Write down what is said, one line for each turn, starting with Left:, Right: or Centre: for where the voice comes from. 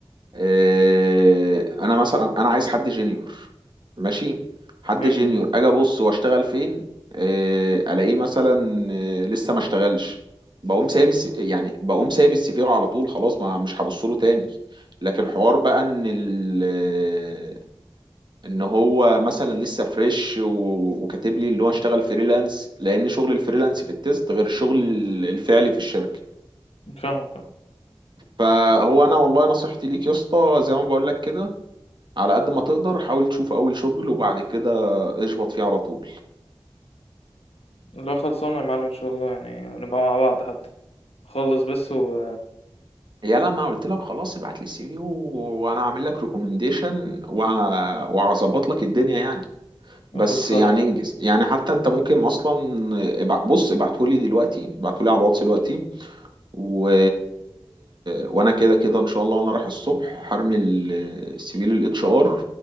Right: آه، انا مثلا انا عايز حد جينيور ماشي حد
Left: حلو
Right: جينيور اجي ابص واشتغل فين آه، الاقيه مثلا آه، لسه ما اشتغلش بقوم سايب الس... يعني بقوم سايب السي في على طول خلاص ما مش هبص له تاني لكن حوار بقى ان ال... آه، ان هو مثلا لسه فريش و... وكاتب لي اللي هو اشتغل فريلانس لان شغل الفريلانس في التيست غير الشغل الفعلي في الشركة
Left: فاهمك اه
Right: فهو انا والله نصيحتي ليك يا اسطى زي ما بقول لك كده على قد ما تقدر حاول تشوف اول شغل وبعد كده اشبط فيه على طول
Left: لا خلصانة يا معلم ان شاء الله يعني نبقى مع بعض حتى خلص بس و
Right: يا لا ما قلت لك خلاص ابعت لي السي في و- وانا هعمل لك ريكومنديشن وهظبط لك الدنيا يعني بس
Left: آه، خلصانة
Right: يعني
Left: يا معلم
Right: انجز يعني حتى انت ممكن اصلا ابع- بص ابعته لي دلوقتي ابعته لي على الواتس دلوقتي و... وانا كده كده ان شاء الله وانا رايح الصبح هرمي ال- السي في للاتش ار